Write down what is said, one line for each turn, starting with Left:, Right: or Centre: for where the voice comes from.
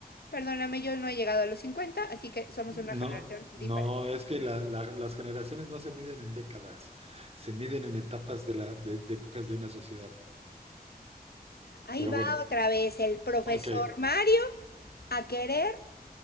Left: Perdóname, yo no he llegado a los 50, así que somos
Right: No,
Left: una generación
Right: no,
Left: diferente.
Right: es que la- la- las generaciones no se miden en décadas, se miden en etapas de la, de, de épocas de una sociedad.
Left: Ahí
Right: Pero
Left: va
Right: bueno,
Left: otra vez el profesor
Right: ok.
Left: Mario a querer